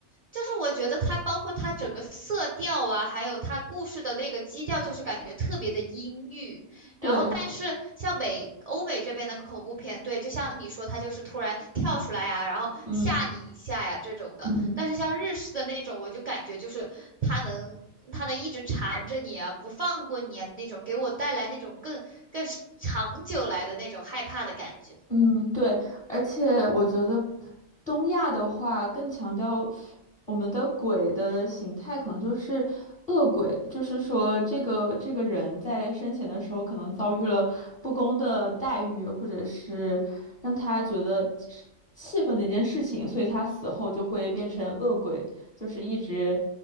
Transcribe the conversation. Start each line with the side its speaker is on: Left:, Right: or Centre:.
Right: 就是我觉得它包括她整个色调啊，还有她故事的那个基调，就是感觉特别的阴郁。
Left: 对，
Right: 然后，但是像美欧美这边的恐怖片，对，就像你说，他就是突然跳出来呀、然后吓你一下呀这种的。
Left: 嗯嗯。
Right: 但是像日式的那种，我就感觉就是他能他能一直缠着你啊，不放过你啊那种，给我带来那种更更长久来的那种害怕的感觉。
Left: 嗯，对，而且我觉得东亚的话更强调我们的鬼的形态，可能就是恶鬼，就是说这个这个人在生前的时候可能遭遇了不公的待遇，或者是让他觉得是气愤的一件事情，所以他死后就会变成恶鬼，就是一直